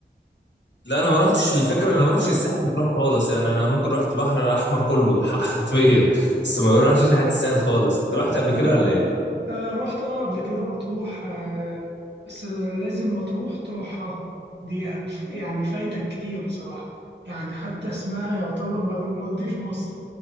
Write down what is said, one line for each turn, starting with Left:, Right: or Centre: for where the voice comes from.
Left: لا انا ما رحتش الفكره انا ما رحتش الساحل بتروح خالص يعني انا ممكن رحت بحر احمر كله <laughs> حرفيا بس ما بروحش ناحيه الساحل خالص انت رحت قبل
Right: أنا
Left: كده
Right: ب...
Left: ولا ايه
Right: آه رحت آه قبل كده مطروح آه بس لازم مطروح تروحها دي هت... يعني فايتك كتير بصراحة يعني حتى اسمها يعتبر مال- مالديف مصر